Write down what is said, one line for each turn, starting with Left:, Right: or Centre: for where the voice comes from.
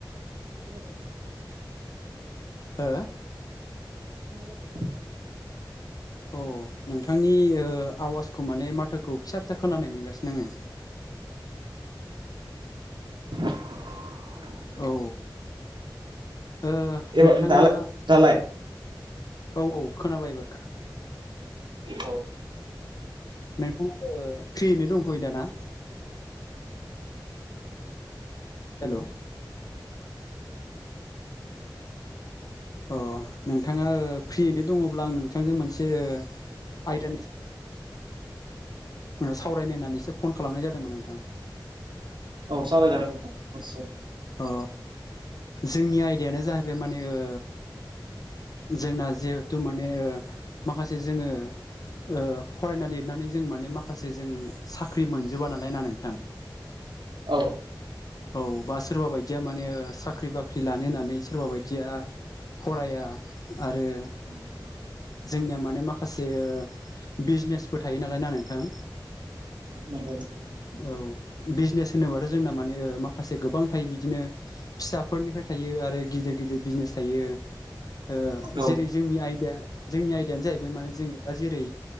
Right: खोनादों।
Left: हो?
Right: खोनागासिनो।
Left: औ नोंथांनि आवाजखौ माने माथोखौ फिसा फिसा खोनानाय मोनगासिनो आङो।
Right: बे
Left: औ ओ नोंथाङा,
Right: एबार दालाय दालाय
Left: औ औ खोनाबाय एबार खोना
Right: औ
Left: <unintelligible> फ्रियैनो दंथ'यो दाना? हेलौ अ नोंथाङा फ्रियैनो दङब्ला आं नोंथांजों मोनसे आयदानि सावरायनो होन्नानैसो फन खालामनाय जादोंमोन नोंथां,
Right: औ सावरायजागोन नोंथां।
Left: अ जोंनि आयदायानो जाहैबाय माने ओ। जोंना जिहेतु माने ओ माखासे जोङो। ओ फरायना लिरनानै जों माने माखासे जों साख्रि मोनजोबा नालाय ना नोंथां?
Right: औ।
Left: औ बा सोरबा बायदिया माने साख्रि-बाख्रि लानो होननानै सोरबा बायदिया। फराया आरो।
Right: उ
Left: जोंनिया माने माखासे ओ बिजनेसफोर थायो नालाय ना नोंथां?
Right: नंगौ-नंगौ।
Left: औ बिजनेस होनोबाथ' जोंना माने माखासे गोबां थायो बिदिनो। फिसाफोरनिफ्राय थायो आरो गिदिर-गिदिर बिजनेस थायो ओ
Right: औ
Left: जेरै जोंनि आयदा। जोंनि आयदायानो जाहैबाय माने जोङो दा जेरै